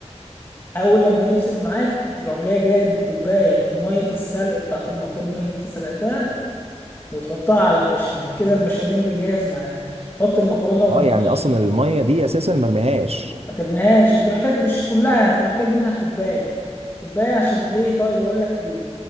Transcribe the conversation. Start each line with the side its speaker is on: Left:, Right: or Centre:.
Left: اول لما يمسك معاك تروح جاي جايب كوبايه من ميه السلق بتاعت المكرونه اللي انت سلقتها وتحطها على البشاميل كده البشاميل اللي جاهز معاك تحط المكرونه من
Right: اه يعني
Left: تحت
Right: اصلا الميه دي اساسا مرميهاش
Left: ما ترميهاش انت محتاج مش كلها انت محتاج منها كوبايه كوبايه عشان ليه طيب اقول لك ليه